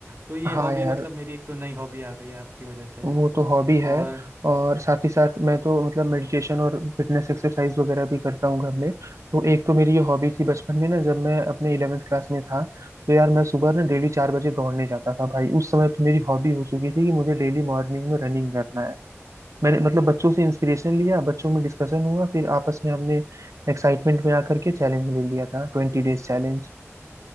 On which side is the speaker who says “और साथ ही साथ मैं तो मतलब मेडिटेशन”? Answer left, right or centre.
Right